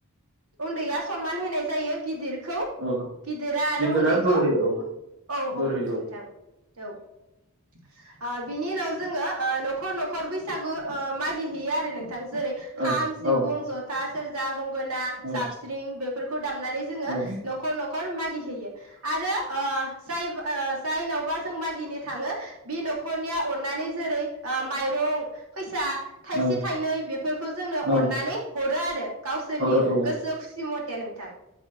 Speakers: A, on the right (about 75°); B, on the right (about 55°).
A: उन्दैया सनमान होनाय जायो गिदिर खौ
B: औ
A: गिदिरा आरो
B: गिदिरा
A: उन्दैखौ
B: बोर
A: औ
B: होयो
A: औ
B: बोर होयो
A: नोंथां औ बिनि उनाव जोङो नखर नखर बैसागु मागि हैयो आरो नोंथां जेरै खाम
B: औ
A: सिफुं
B: औ
A: जथा सेरजा गंगोना
B: औ
A: जाबस्रिं बेफोरखौ दामनानै जोङो
B: औ
A: नखर नखर मागि होैयो आरो ओ जाय ओ जायनावबा जों मागिनो थाङो बे नखरनिया अननानै जेरै माइरं फैसा थाइसे
B: औ
A: थाइनै बेफोरखौ जोंनो
B: औ
A: अननानै हरो आरो गावसोरनि
B: हरो औ
A: गोसो खुसि मथे नोंथां